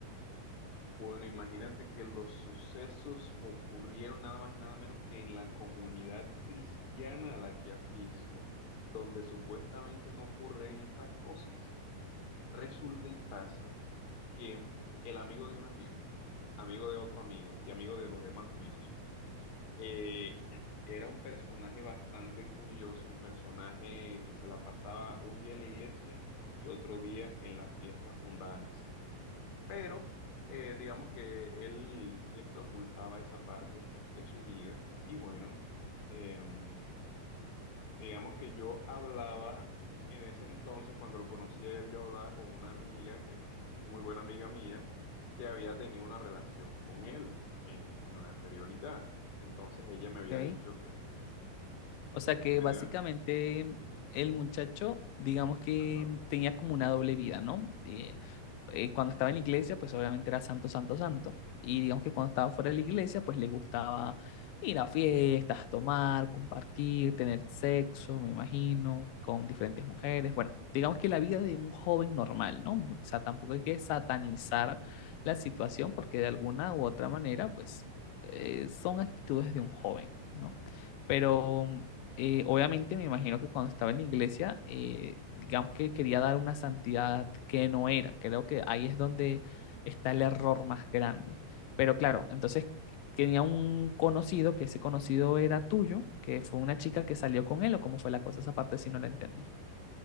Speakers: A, on the left; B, on the left.
A: Bueno, imagínate que los sucesos ocurrieron nada más y nada menos que en la comunidad cristiana a la que asisto, donde supuestamente no ocurren estas cosas. Resulta y pasa que el amigo de un amigo, amigo de otro amigo y amigo de los demás amigos, eh, <clears throat> era un personaje bastante curioso, un personaje que se la pasaba un día en la iglesia y otro día en las fiestas mundanas. Pero eh, digamos que él siempre ocultaba esa parte de su vida y bueno, em, digamos que yo hablaba en ese entonces, cuando lo conocía a él, yo hablaba con una amiga que, que se hizo muy buena amiga mía, que había tenido una relación con él en, en la anterioridad. Entonces ella
B: Ok.
A: me había dicho que... ujú,
B: O sea que
A: Dime,
B: básicamente
A: dime.
B: el muchacho, digamos que
A: Ajá.
B: tenía como una doble vida, ¿no? Eh, eh, cuando estaba en la iglesia, pues obviamente era santo, santo, santo. Y digamos que cuando estaba fuera de la iglesia, pues le gustaba ir a fiestas, tomar, compartir, tener sexo, me imagino, con diferentes mujeres. Bueno, digamos que la vida de un joven normal, ¿no? O sea, tampoco hay que satanizar la situación porque de alguna u otra manera, pues eh, son actitudes de un joven, ¿no? Pero eh, obviamente me imagino que cuando estaba en la iglesia, eh, digamos que quería dar una santidad que no era. Creo que ahí es donde está el error más grande. Pero claro, entonces tenía un conocido, que ese conocido era tuyo, que fue una chica que salió con él, o cómo fue la cosa, esa parte si no la entendí.